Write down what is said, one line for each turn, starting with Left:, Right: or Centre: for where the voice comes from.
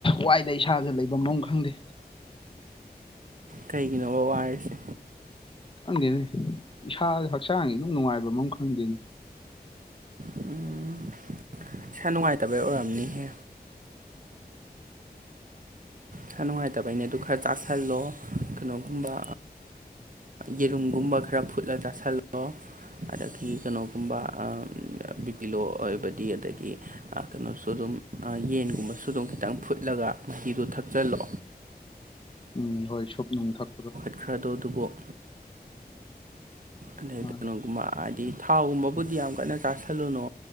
Left: ꯋꯥꯏꯗ ꯏꯁꯥꯁꯦ ꯂꯩꯕꯝ ꯑꯃꯥ ꯈꯪꯗꯦ
Right: ꯀꯩꯒꯤꯅꯣꯕ ꯋꯥꯔꯤꯁꯦ
Left: ꯈꯪꯗꯦꯅꯦ ꯏꯁꯥ ꯍꯛꯆꯥꯡꯒꯤ ꯏꯅꯨꯡ ꯅꯨꯡꯉꯥꯏꯕ ꯑꯃ ꯈꯪꯗꯦꯅꯦ
Right: ꯎꯝ ꯏꯁꯥ ꯅꯨꯡꯉꯥꯏꯇꯕ ꯑꯣꯏꯔꯝꯅꯤꯍꯦ ꯏꯁꯥ ꯅꯨꯡꯉꯥꯏꯇꯕꯅꯤꯅꯦ ꯑꯗꯨ ꯈꯔ ꯆ <unintelligible> ꯆꯥꯁꯜꯂꯣ ꯀꯩꯅꯣꯒꯨꯝꯕ ꯌꯦꯔꯨꯝꯒꯨꯝꯕ ꯈꯔ ꯐꯨꯠꯂꯒ ꯆꯥꯁꯜꯂꯣ ꯑꯗꯒꯤ ꯀꯩꯅꯣꯒꯨꯝꯕ ꯕꯤꯄꯤ ꯂꯣ ꯑꯣꯏꯕꯗꯤ ꯑꯗꯒꯤ ꯀꯩꯅꯣꯁꯨ ꯑꯗꯨꯝ ꯌꯦꯟꯒꯨꯝꯕꯁꯨ ꯑꯗꯨꯝ ꯈꯤꯇꯪ ꯐꯨꯠꯂꯒ ꯃꯍꯤꯗꯣ ꯊꯛꯆꯜꯂꯣ
Left: ꯎꯝ ꯍꯣꯏ ꯁꯨꯞ ꯅꯨꯡ ꯊꯛꯄꯗꯣ
Right: ꯈꯔꯗꯣ ꯑꯗꯨꯕꯨ ꯑꯗꯩ
Left: ꯃꯥꯅꯦ
Right: ꯀꯩꯅꯣꯒꯨꯝꯕ ꯍꯥꯏꯕꯗꯤ ꯊꯥꯎꯒꯨꯝꯕꯕꯨꯗꯤ ꯌꯥꯝ ꯀꯟꯅ ꯆꯥꯥꯁꯜꯂꯨꯅꯣ